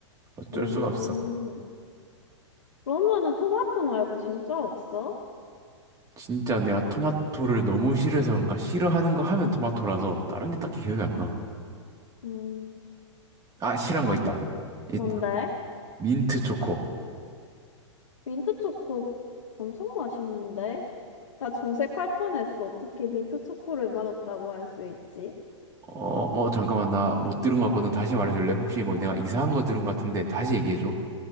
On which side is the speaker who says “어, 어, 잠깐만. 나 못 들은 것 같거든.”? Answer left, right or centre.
Right